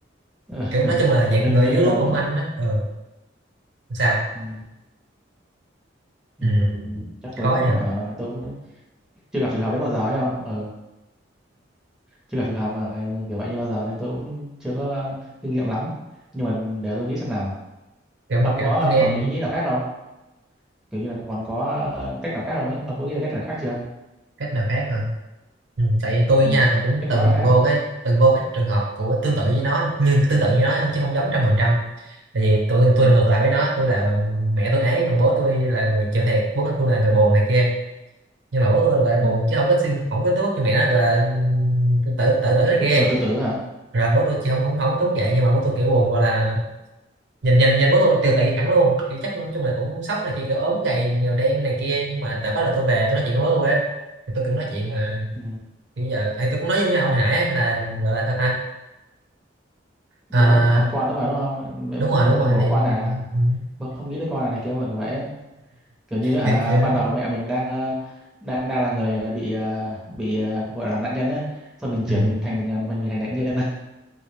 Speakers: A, in the centre; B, on the right.
A: <laughs>
B: kiểu nói chung là dạng
A: nếu nếu
B: người yếu
A: như
B: đuối
A: là
B: mỏng manh á ừ. sao
A: ừm, ừm,
B: ừ.
A: chắc tôi
B: khó
A: cũng
B: nha
A: hả tôi cũng chưa gặp trường hợp đấy bao giờ ấy không ờ chưa gặp trường hợp mà kiểu vậy như bao giờ nên tôi cũng chưa có kinh nghiệm lắm nhưng mà để tôi nghĩ xem nào
B: kiểu mà
A: ông
B: kiểu
A: có
B: tôi nghe
A: còn ý nghĩ nào khác không kiểu như là còn có ờ, cách nào khác không ấy ông có nghĩ ra cách nào khác chưa
B: cách nào khác hả Ừ, tại vì tôi
A: ừ.
B: nha tôi cũng
A: cách
B: từng
A: nói nào khác
B: vô
A: ấy.
B: cái từng vô cái trường hợp của tương tự với nó nhưng tương tự như nó không chứ không giống trăm phần trăm tại vì tôi
A: Ừ.
B: tôi ngược lại với nó tôi là mẹ tôi ấy còn bố tôi là người chịu thiệt bố tôi là người buồn này kia nhưng mà bố tôi gọi là
A: Ừ.
B: buồn chứ không có xin không có tới mức như mẹ nó gọi là tự tự tự tử này
A: Tự,
B: kia
A: tự, tự tử hả
B: rồi bố tôi chỉ không không không có tới mức vậy nhưng mà bố tôi kiểu buồn gọi là nhìn nhìn nhìn bố tôi là tiêu tụy hẳn luôn kiểu chắc nói chung là cũng sốc này kia kiểu ốm gầy nhờ đen này kia nhưng mà đã có là tôi về tôi nói chuyện với bố tôi á thì tôi kiểu nói chuyện mà
A: ừ.
B: kiểu giờ ấy tôi cũng nói giống như ông hồi nãy ấy, là gọi là sao ta
A: bố
B: à,
A: còn con nữa mà đúng không mẹ,
B: đúng rồi
A: bố
B: đúng rồi
A: định bỏ
B: thì
A: con à
B: ừ,
A: bố không nghĩ tới con à này kiểu vậy kiểu vậy ấy. kiểu như hả
B: thì kiểu
A: ban đầu mẹ mình đang ờ, đang đang là người bị ờ, bị ờ, gọi là nạn nhân ấy xong mình chuyển
B: ừ,
A: mình thành mình ờ, mình, mình thành nạn nhân